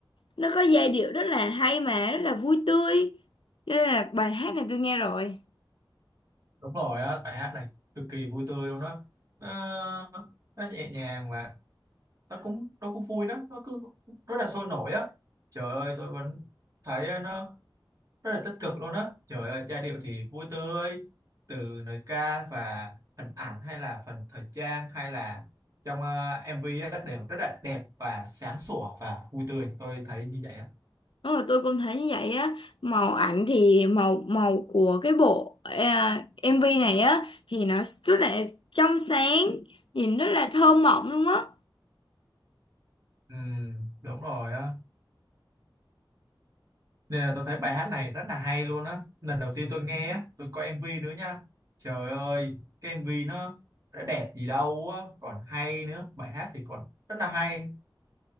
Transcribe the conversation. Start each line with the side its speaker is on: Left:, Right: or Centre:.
Left: nó có giai điệu rất là hay mà rất là vui tươi. Cho nên là bài hát này tôi nghe rồi.
Right: Đúng rồi á, bài hát này cực kỳ vui tươi luôn đó. Nó, nó nhẹ nhàng và nó cũng nó cũng vui đó, nó cứ rất là sôi nổi á. Trời ơi, tôi vẫn thấy nó rất là tích cực luôn á trời ơi giai điệu thì vui tươi từ lời ca và hình ảnh hay là phần thời trang hay là trong ờ, MV á, đều rất là đẹp và sáng sủa và vui tươi tôi thấy như vậy á
Left: Đúng rồi, tôi cũng thấy như vậy á màu ảnh thì màu màu của cái bộ à, MV này á thì nó rất là trong sáng nhìn rất là thơ mộng luôn á
Right: ừ, đúng rồi á nên là tôi thấy bài hát này rất là hay luôn á lần đầu tiên tôi nghe á tôi coi MV nữa nha trời ơi cái MV nó đã đẹp gì đâu á còn hay nữa bài hát thì còn rất là hay